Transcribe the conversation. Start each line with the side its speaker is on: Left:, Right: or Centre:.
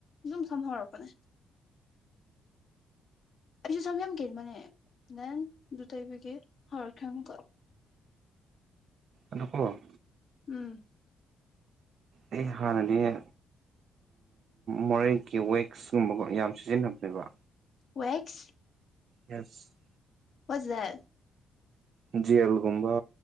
Left: ꯗꯨꯝ ꯁꯝ ꯍꯧꯔꯛꯄꯅꯦ ꯑꯩꯖꯨ ꯁꯝ ꯌꯥꯝ ꯀꯦꯟꯕꯅꯦ ꯗꯦꯟ ꯑꯗꯨ ꯇꯩꯕꯒꯤ ꯍꯧꯔꯛꯈ꯭ꯔꯦ ꯑꯃꯨꯛꯀ
Right: ꯅꯀꯣ
Left: ꯎꯝ
Right: ꯑꯩ ꯍꯥꯟꯅꯗꯤꯅꯦ ꯃꯣꯔꯦꯒꯤ ꯋꯦꯛꯁꯀꯨꯝꯕ ꯀꯣ ꯌꯥꯝ ꯁꯤꯖꯤꯟꯅꯕꯅꯦꯕ
Left: ꯋꯦꯛꯁ
Right: ꯌꯦꯁ
Left: ꯋꯥꯠꯁ ꯗꯦꯠ
Right: ꯖꯦꯜꯒꯨꯝꯕ